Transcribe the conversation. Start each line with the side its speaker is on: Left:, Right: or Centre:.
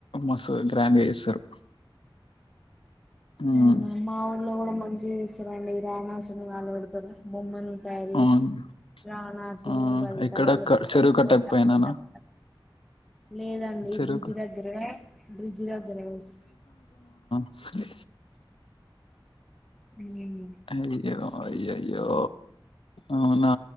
Left: మస గ్రాండ్గా చేస్తారు ఉమ్
Centre: అవునా మా ఊళ్ళలో కూడా మంచిగా చేస్తారండి రాణాసురిన్ని కాల పెడతారు బొమ్మని దయనించి
Left: అవును.
Centre: రావణాసురిని
Left: ఆ!
Centre: పదితలలు
Left: ఎక్కడ క చెరువు
Centre: ఒక్కో
Left: కట్టకపోయినానా?
Centre: టక్ టక్ లేదండి
Left: చెరువు
Centre: బ్రిడ్జ్
Left: క
Centre: దగ్గరగా బ్రిడ్జి దగ్గర వస్
Left: అదే
Centre: ఉమ్మ్
Left: అయ్యో! అయ్యయ్యో అవునా